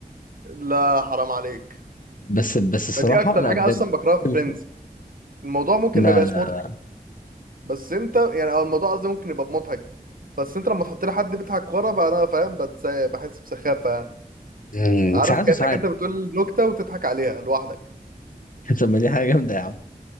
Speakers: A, on the right; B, on the left.
A: لا حرام عليك
B: بس بس الصراحة
A: دي اكتر
B: لا
A: حاجه
B: بجد
A: اصلا بكرهها في
B: شوفوا
A: فريندز الموضوع ممكن
B: لا
A: ما يبقاش
B: لا
A: مضحك بس انت يعني او الموضوع قصدي ممكن يبقى مضحك بس انت لما تحط لي حد بيضحك ورا بقى انا فاهم بتس... بحس بسخافه يعني.
B: مم،
A: عارف
B: ساعات
A: كانك
B: وساعات
A: انت بتقول نكته وتضحك عليها لوحدك
B: <laughs> طب ما دي حاجة جامدة يا عم